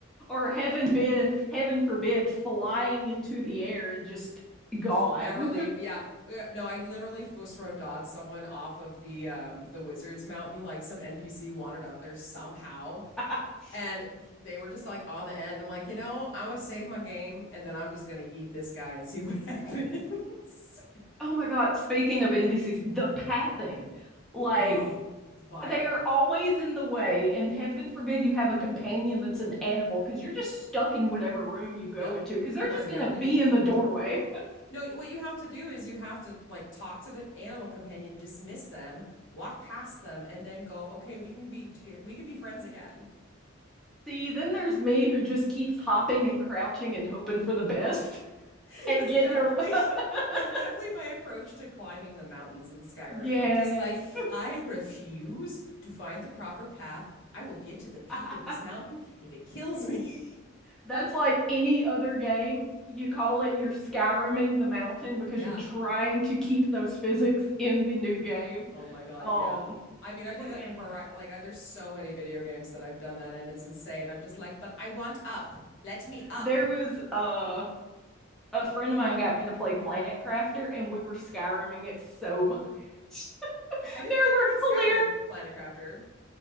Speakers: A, in the centre; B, on the left (about 60°).
A: Or heaven be heaven forbid flying into the air and just gone.
B: Just never leave. Yeah. Yeah, No, I literally Fusro dodged someone off of the um the Wizards Mountain. Like some NPC wandered up there somehow.
A: <laughs>
B: And they were just like on the end. I'm like, you know, I'm gonna save my game and then I'm just gonna yeet this guy and see what happens.
A: Oh my God, speaking of NPCs, the pathing. Like
B: <laughs> Ugh. Vile.
A: they are always in the way and heaven forbid you have a companion that's an animal because you're just stuck in whatever room you go
B: Yep.
A: into because they're
B: You
A: just
B: are never
A: gonna
B: leaving.
A: be in the doorway
B: No, what you have to do is you have to like talk to the animal companion, dismiss them, walk past them, and then go, okay, we can be to get, we can be friends again.
A: <laughs> see then there's me who just keeps hopping and crouching and hoping for the best <laughs>
B: <laughs>
A: at
B: That's
A: getting
B: definitely
A: a <laughs>
B: That's definitely my approach to climbing the mountains in Skyrim.
A: yes
B: I'm just like, I refuse to find the proper path. I will get to the peak
A: <laughs>
B: of this mountain if it kills me. <laughs>
A: that's like any other game you call it you're skyriming the mountain because
B: Yeah.
A: you're trying to keep those physics in the new game
B: Oh my God.
A: um
B: Yeah. I mean, I do
A: what
B: that
A: game
B: in her.
A: was
B: Like, I, there's so many video games that I've done that, and it's insane. I'm just like, but I want up. Let me up.
A: there was uh a friend of mine got me to play Planet Crafter, and we were skyrimming it so much. <laughs>
B: I didn't
A: there
B: think
A: were
B: you could
A: clear.
B: Skyrim Planet Crafter.